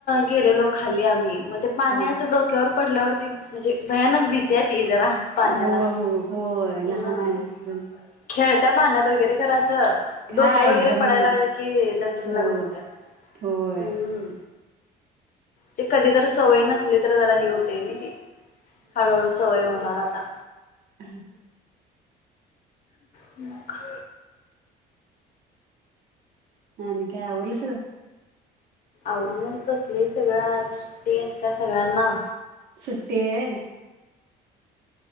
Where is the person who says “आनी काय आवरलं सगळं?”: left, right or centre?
Right